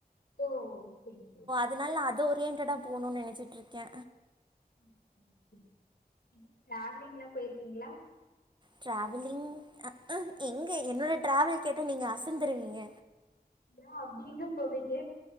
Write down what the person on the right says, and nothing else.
அதனால அது ஒரியன்டடா போணுன் நெனச்சிட்ருக்கே
டிராவலிங் எங்க என்னோட டிரவல் கேட்டா நீங்க அசந்தருவீங்க